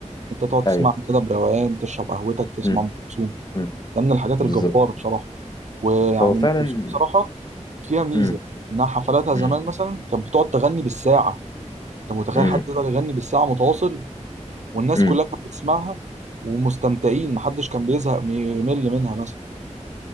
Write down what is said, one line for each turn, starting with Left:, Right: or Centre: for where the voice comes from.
Right: أنت تقعد تسمع
Left: ايوه
Right: كده بروقان تشرب قهوتك تسمع
Left: امم
Right: أم كلثوم
Left: امم
Right: ده من الحاجات
Left: بالظبط
Right: الجبارة بصراحة ويعني
Left: هو فعلا
Right: أم كلثوم بصراحة فيها ميزة
Left: امم
Right: إنها حفلاتها زمان
Left: امم
Right: مثلا كانت بتقعد تغني بالساعة أنت متخيل
Left: امم
Right: حد يقدر يغني بالساعة متواصل والناس
Left: امم
Right: كلها كانت بتسمعها ومستمتعين محدش كان بيزهق يمل منها مثلا